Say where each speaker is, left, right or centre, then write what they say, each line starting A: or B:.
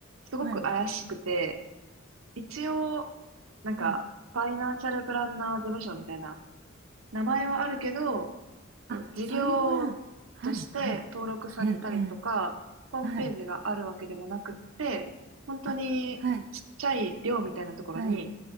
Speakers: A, on the right; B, on the right.
A: すごく怪しくて、
B: はい。
A: 一応、なんか、
B: はい。
A: ファイナンシャルプランナー事務所みたいな名前はあるけど、
B: あ、
A: 事業
B: それは、はい、
A: として登録されたりとか、
B: はい、ええ、ええ、
A: ホームページがあるわけでもなくって、
B: はい、
A: 本当にちっちゃい寮みたいなところに
B: あ、はい、はい、